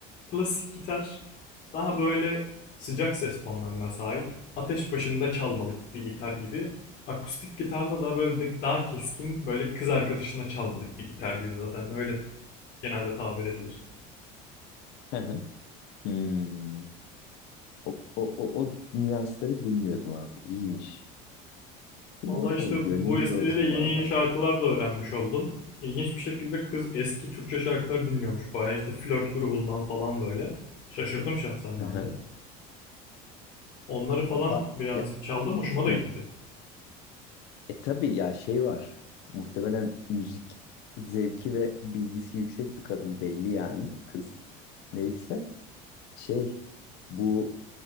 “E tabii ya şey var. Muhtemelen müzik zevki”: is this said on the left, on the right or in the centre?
Left